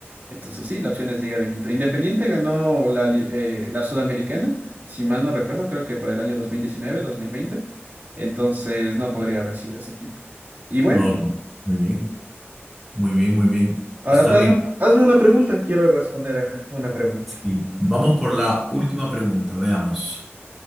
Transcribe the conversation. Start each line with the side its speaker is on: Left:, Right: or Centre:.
Right: Entonces sí, la opción es Liga de Quito. Independiente ganó la, li- eh, la Sudamericana, si mal no recuerdo, creo que para el año dos dos mil diecinueve dos mil veinte Entonces no podría haber sido ese equipo. Y bueno,
Centre: Ah, ok. Muy bien, muy bien, muy bien.
Right: ahora
Centre: Está
Right: tú hazme,
Centre: bien.
Right: hazme una pregunta. Quiero responder a una pregunta.
Centre: Sí. Vamos por la última pregunta, veamos.